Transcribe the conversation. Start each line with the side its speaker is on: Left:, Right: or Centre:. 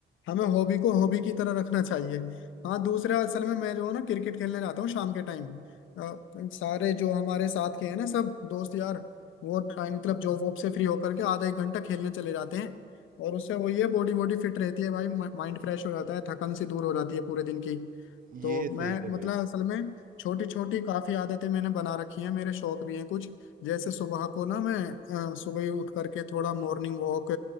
Left: हमें हॉबी को हॉबी की तरह रखना चाहिए हाँ दूसरा असल में मैं जो है ना क्रिकेट खेलने जाता हूँ शाम के टाइम सारे जो हमारे साथ के हैं ना सब दोस्त यार वो टाइम मतलब जॉब वॉब से फ्री होकर के आधा एक घंटा खेलने चले जाते हैं और उससे वो ये बॉडी बॉडी फिट रहती है भाई माइंड फ्रेश हो जाता है थकन सी दूर हो जाती है पूरे दिन की तो
Right: ये सही
Left: मैं
Right: है भाई
Left: मतलब असल में छोटी छोटी काफी आदतें मैंने बना रखी हैं मेरे शौक भी हैं कुछ जैसे सुबह को ना मैं अ, सुबह ही उठ करके थोड़ा मॉर्निंग वॉक